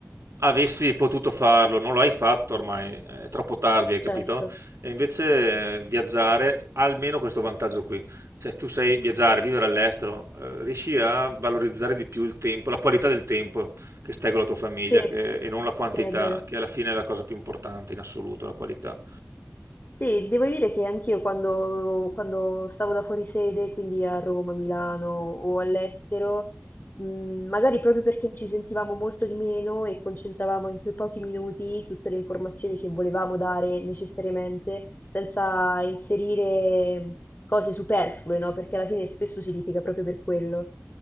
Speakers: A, on the right (about 85°); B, on the left (about 45°).
A: avessi potuto farlo, non lo hai fatto ormai, è troppo tardi, hai capito?
B: certo.
A: E invece eh, viaggiare ha almeno questo vantaggio qui. Cioè, tu sai viaggiare, vivere all'estero, eh, riesci a valorizzare di più il tempo, la qualità del tempo che stai con la tua famiglia
B: Sì,
A: che- e non la quantità,
B: sì, è vero.
A: che alla fine è la cosa più importante in assoluto, la qualità.
B: Sì, devo dire che anch'io quando, quando stavo da fuori sede, quindi a Roma, Milano o all'estero, mh, magari proprio perché ci sentivamo molto di meno e concentravamo in quei pochi minuti tutte le informazioni che volevamo dare necessariamente, senza inserire cose superflue, no? Perché alla fine spesso si litiga proprio per quello.